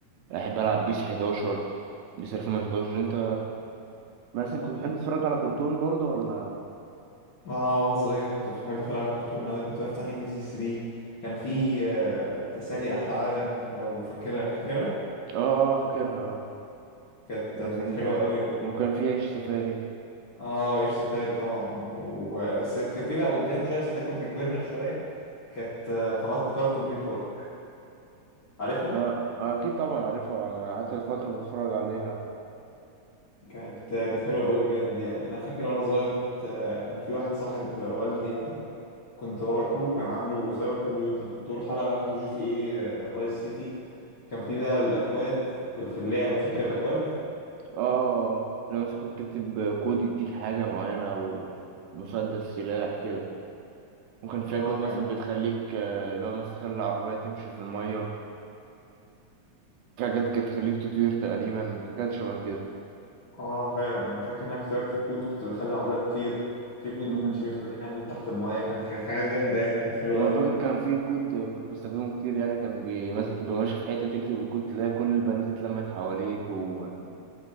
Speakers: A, on the right (about 85°); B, on the left (about 50°).
A: بحب ألعب بيس 11 بيس 2011 أنت مثلا كنت بتحب تتفرج على كرتون برضه ولا
B: اه وانا صغير كنت بحب اتفرج على كرتون قوي كنت بفتح ام بي سي 3 كان في آه، تسالي احلى عالم لو فاكرها فاكرها
A: آه آه فاكرها آه،
B: كانت
A: يعني
B: كانت
A: مثلا
B: حلوه قوي
A: ممكن في عيش سفاري
B: اه وعيش سفاري طبعا و... بس كان في بقى قدام شويه بس ده كنا كبرنا شويه كانت آه، قناه كارتون نتورك عارفها
A: ما أكيد طبعا عارفها أنا قعدت فترة بتفرج عليها
B: كانت آه، كانت حلوه قوي بجد يعني انا فاكر وانا صغير كنت آه، كان في واحد صاحب آه، والدي يعني كنت بروح له كان عنده سايبر كمبيوتر كنت بروح العب عنده جي تي اي فايس سيتي كان في بقى الاكواد ك- في اللعبه فاكر الاكواد
A: آه لما مثلا كنت تكتب كود يديك حاجة معينة أو مسدس سلاح كده وكان فيها
B: اه
A: كود مثلا
B: كان
A: بتخليك آه، اللي هو مثلا تخلي العربية تمشي في المية في حاجات كانت تخليك تطير تقريبا حاجات شبه
B: اه فعلا انا فاكر ان انا كنت بكتب كود كنت بخلي العربيه تطير في كود
A: كده
B: ما كانش بيخليني اموت تحت المايه كانت كانت حاجات جامده يعني وكانت حلوه
A: وانا
B: قوي
A: فاكر كان في كود كنت بستخدمه كتير يعني كان بي... مثلا تبقى ماشي في حته تكتب الكود تلاقي كل البنات اتلمت حواليك وانا